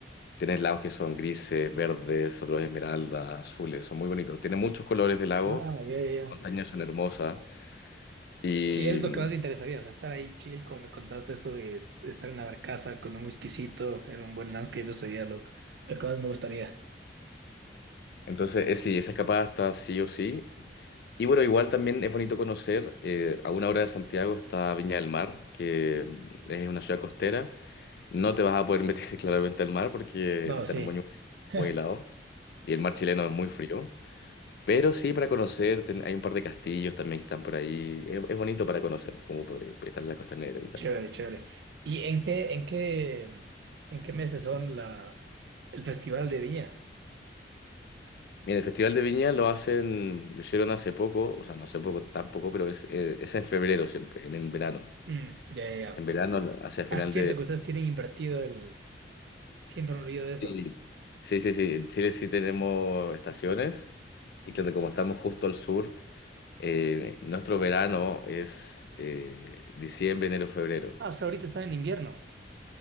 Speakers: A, on the left; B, on the right.
A: tienes lagos que son grises, verdes, otros esmeraldas, azules, son muy bonitos. Tiene muchos colores de lagos,
B: Ah, ya, ya, ya.
A: montañas son hermosas y
B: Sí, es lo
A: mm,
B: que más me interesaría, o sea, estar ahí chill, como me contaste eso de de estar en la barcaza con un whiskycito, en un buen landscape, eso sería lo, lo que más me gustaría.
A: entonces eh, sí, esa escapada está sí o sí. Y bueno, igual también es bonito conocer, eh, a una hora de Santiago está Viña del Mar, que mm, es una ciudad costera. No te vas a poder meter <laughs> claramente al mar porque
B: No,
A: va a estar
B: sí,
A: muy,
B: <laughs>
A: muy helado y el mar chileno es muy frío. Pero sí, para conocer, ten- hay un par de castillos también que están por ahí. Es, es bonito para conocer, como por, por estar en la costanera y tal.
B: chévere, chévere. ¿Y en qué, en qué, en qué meses son la, el festival de Viña?
A: Mira, el Festival de Viña lo hacen, lo hicieron hace poco, o sea, no hace poco tampoco, pero es, eh, es en febrero siempre, en, en verano.
B: Mm, ya, ya, ya.
A: En verano, hacia final
B: Ah, es cierto que ustedes tienen invertido el... Siempre me olvido de eso.
A: Sí, sí, sí, sí. En Chile sí tenemos estaciones y claro, como estamos justo al sur, eh, nuestro verano es eh, diciembre, enero, febrero.
B: Ah, o sea, ahorita están en invierno.